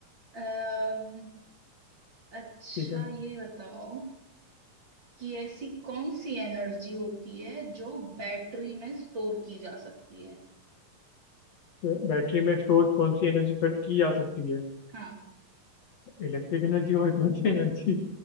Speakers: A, on the right (about 30°); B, on the left (about 50°).
A: <laughs> अम, अच्छा
B: ठीक है
A: ये बताओ कि ऐसी कौन सी एनर्जी होती है जो बैटरी में स्टोर की जा सकती है
B: तो बैटरी में स्टोर कौन सी एनर्जी कर की जा सकती है
A: हाँ
B: इलेक्ट्रिक एनर्जी और कौन सी एनर्जी